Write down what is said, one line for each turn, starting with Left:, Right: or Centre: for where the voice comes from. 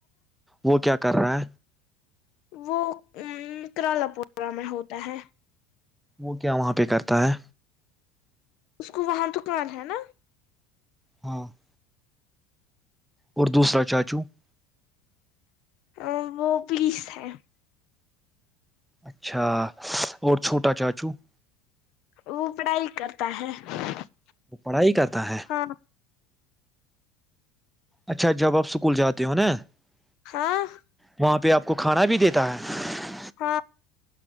Centre: وہ کیا اکرہ
Left: وہ کرالاپورا میں ہوتا ہے
Centre: وہ کیا وہاں پہ کرتا ہے
Left: اس کو وہاں تو کان ہے نا
Centre: ہاں <inaudible> اور دوسرا چاچو <unintelligible>
Left: ا وہ پلیس ہے <unintelligible>
Centre: اچھا اور چھوٹا چاچو <unintelligible>
Left: وہ پڑھائی کرتا ہے <unintelligible>
Centre: وہ پڑھائی کرتا ہے <unintelligible>
Left: ہاں
Centre: اچھا جب آپ اسکول جاتے ہو نا <unintelligible>
Left: ہاں <inaudible>
Centre: وہاں پہ آپ کو کھانا بھی دیتا ہے <unintelligible>
Left: ہاں